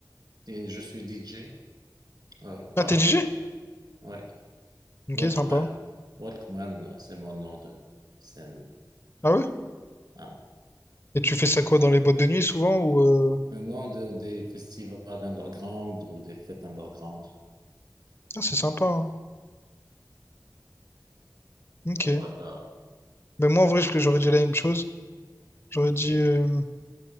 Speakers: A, on the right (about 75°); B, on the left (about 35°).
A: et je suis DJ euh, par
B: Ah, t'es DJ?
A: ouais,
B: Ok,
A: Walkman.
B: sympa.
A: Walkman, c'est mon nom de scène.
B: Ah ouais?
A: Ah,
B: Et tu fais ça quoi, dans les boîtes de nuit, souvent, ou... euh,
A: Un nom de- des festivals underground ou des fêtes underground.
B: Ah, c'est sympa, hein. Ok.
A: Ben voilà.
B: Ben moi, en vrai, je- j'aurais dit la même chose. J'aurais
A: Ok.
B: dit... euh,